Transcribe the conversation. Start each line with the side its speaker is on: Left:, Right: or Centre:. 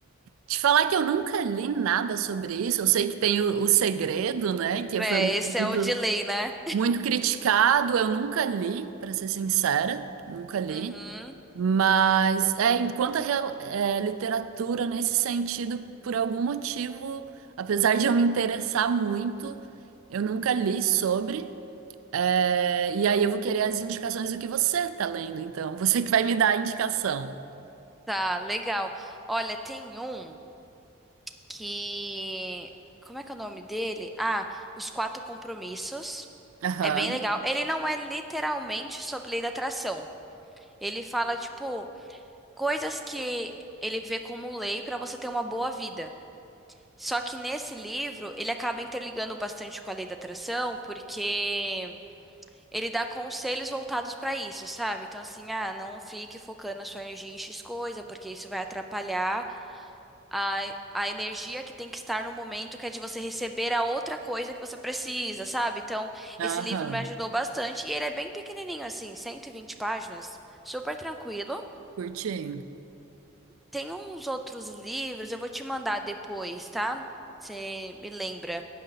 Right: Te falar que eu nunca li nada sobre isso, eu sei que tem o, o Segredo, né, que
Centre: É,
Right: foi um livro
Centre: esse
Right: muito,
Centre: é o de lei, né?
Right: muito criticado, eu nunca li, para ser sincera, nunca li.
Centre: Uhum.
Right: Mas é, enquanto a real- é, literatura nesse sentido, por algum motivo, apesar de eu me interessar muito, eu nunca li sobre. É, e aí eu vou querer as indicações do que você tá lendo, então. <laughs> Você que vai me dar a indicação.
Centre: Tá, legal. Olha, tem um que. Como é que é o nome dele? Ah, Os Quatro Compromissos.
Right: Aham,
Centre: É bem legal. Ele não é literalmente sobre lei da atração. Ele fala, tipo, coisas que ele vê como lei pra você ter uma boa vida. Só que nesse livro, ele acaba interligando bastante com a lei da atração, porque ele dá conselhos voltados para isso, sabe? Então, assim, ah, não fique focando a sua energia em X coisa, porque isso vai atrapalhar a, a energia que tem que estar no momento, que é de você receber a outra coisa que você precisa, sabe? Então,
Right: aham.
Centre: esse livro me ajudou bastante e ele é bem pequenininho, assim, 120 páginas, super tranquilo.
Right: Curti.
Centre: Tem uns outros livros, eu vou te mandar depois, tá? Você me lembra